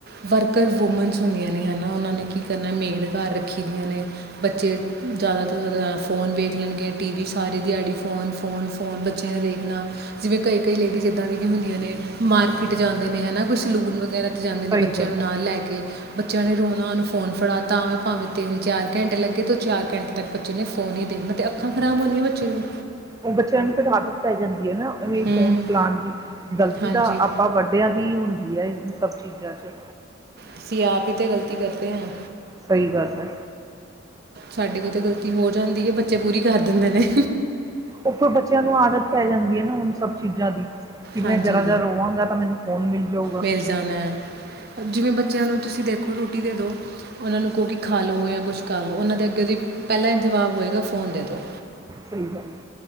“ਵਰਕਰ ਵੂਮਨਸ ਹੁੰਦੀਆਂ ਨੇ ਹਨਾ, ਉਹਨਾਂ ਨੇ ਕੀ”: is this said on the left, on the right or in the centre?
Right